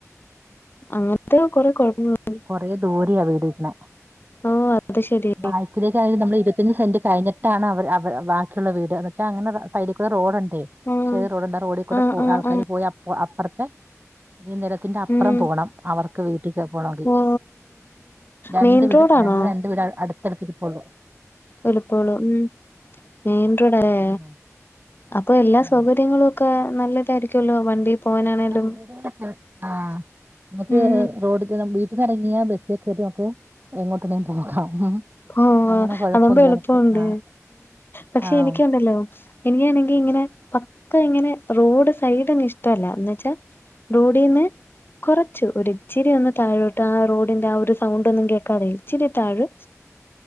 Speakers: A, on the left; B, on the right.
A: അങ്ങനത്തെ കൊറെ കുഴപ്പങ്ങളാ
B: കുറേ ദൂര വീടിരിക്കുന്നെ
A: ഓഹ് അത് ശെരി
B: ബാക്കിലേക്ക് ആയത് നമ്മള് ഇരുപത്തഞ്ച് സെന്റ് കഴിഞ്ഞിട്ടാണ് അവ ബാക്കിയുള്ള വീട് അങ്ങനെ സൈഡിക്കൂടെ റോഡ് ഉണ്ട് അ
A: ആഹ്
B: ചെറിയ റോഡ് ഇണ്ട് ആഹ് റോഡി കൂടെ പോ
A: ആഹ്
B: ആൾക്കാര്
A: ആഹ്
B: പോയി അപ്പ അപ്പുറത്തെ ഈ നിരത്തിന്റെ അപ്പുറം
A: ഉം
B: പോണം അവർ വീട്ടിക്ക് പോണങ്കിൽ
A: ഓ
B: രണ്ട്
A: മെയിൻ
B: വീട്
A: റോഡാണോ
B: ഞങ്ങൾ രണ്ട് വീട് അടുത്തടുത്ത് ഇരിപ്പോള്ളൂ
A: എളിപ്പോളും മെയിൻറോഡല്ലേ
B: ഉം
A: അപ്പൊ എല്ലാ
B: ഉം
A: സൗകര്യങ്ങളും ഒക്കെ നല്ലതായിരിക്കുല്ലോ വണ്ടി പോവാനാണേലും
B: സൗകര്യ ആഹ് നമുക്ക്
A: ഉം
B: റോഡ് വീട്ടന്നിറങ്ങിയ ബസ്സിലക്കയും ഒക്കെ എങ്ങോട്ടു വേണേ പോകാം
A: ഓഹ്
B: അങ്ങനെ കൊഴപ്പൊന്നുല്ല
A: അതോണ്ട് എളുപ്പണ്ട്
B: നമുക്ക് ആഹ്
A: പക്ഷെ
B: ആഹ്
A: എനിക്കുണ്ടല്ലോ എനിക്കാണെങ്കിൽ ഇങ്ങനെ പ ഇങ്ങനെ റോഡ് സൈടൊന്നും ഇഷ്ടല്ല എന്നുവെച്ചാ റോഡിന്ന് കുറച്ചു ഒരു ഇിച്ചിരി ഒന്നു താഴോട്ട് ആ റോഡിന്റെ ആ ഒരു സൗണ്ട് ഒന്നും കേക്കാതെ ഇച്ചിരി താഴ്